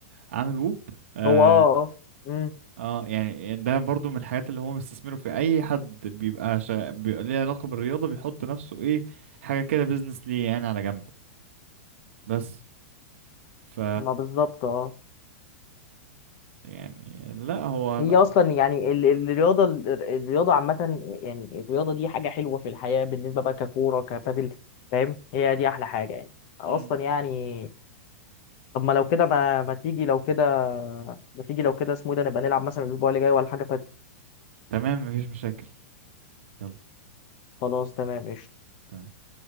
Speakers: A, on the right; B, on the left.
A: عامل ووب اه,
B: هو اه اه امم
A: آه يعني ده برضو من الحاجات اللي هم بيستثمروا في أي حد بيبقى شا... بيبقى ليه علاقة بالرياضة بيحط نفسه إيه حاجة كده بيزنس ليه يعني على جنب بس ف
B: ما بالظبط اه
A: يعني لا هو
B: هي
A: لا
B: اصلا يعني ال- ال- الرياضه ال- الرياضه عامه يعني الرياضه دي حاجه حلوه في الحياه بالنسبه بقى ككوره كبادل فاهم هي دي احلى حاجه يعني اصلا
A: مم.
B: يعني طب ما لو كده ما ما تيجي لو كده ما تيجي لو كده اسمه إيه ده نبقى نلعب مثلا الاسبوع اللي جاي ولا حاجه فات
A: تمام مفيش مشاكل يلا
B: خلاص تمام قشطه
A: تمام